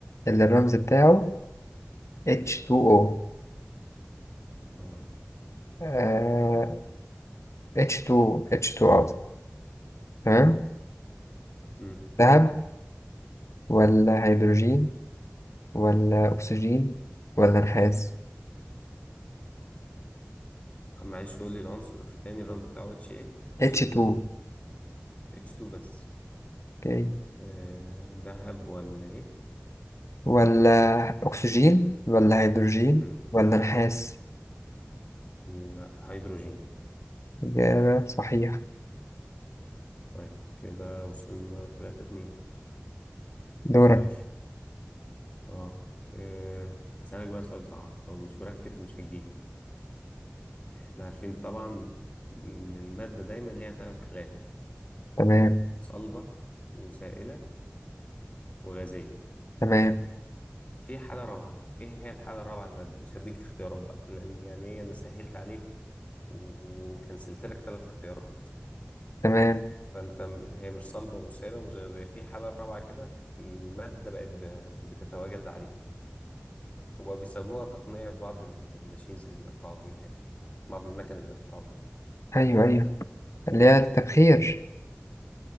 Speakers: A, on the left; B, on the left.
A: اللي الرمز بتاعه H2O
B: اه
A: آه H2 H2 قصدي تمام
B: مم.
A: ذهب ولا هيدروجين ولا أكسجين ولا نحاس
B: طب معلش قول لي العنصر تاني الرمز بتاعه اتش ايه اتش
A: H2
B: 2 اتش 2 بس
A: أوكي
B: آه، دهب ولا ايه
A: ولا أكسجين ولا هيدروجين
B: مم.
A: ولا نحاس
B: لا هيدروجين
A: إجابة صحيحة
B: طيب كده وصلنا تلاتة اتنين
A: دورك
B: ماشي اه إيه، هسألك بقى سؤال صعب لو مش مركز مش هتجيبه احنا عارفين طبعا ان المادة دايما ليها ثلاث حالات
A: تمام
B: صلبة وسائلة وغازية
A: تمام
B: في حالة رابعة ايه هي الحالة الرابعة للمادة مش هديك اختيارات بقى لان يعني ايه انا سهلت عليك وكنسلت لك ثلاث اختيارات
A: تمام
B: فانت م- هي مش صلبة ومش سائلة ومش غازية في حالة رابعة كده المادة بقت ب- بتتواجد عليها وبقوا بيستخدموها تقنية في بعض ال- الماشينز اللي بيقطعوا بيها يعني بعض المكن اللي بيقطعوا بيها
A: أيوه أيوه اللي هي التبخير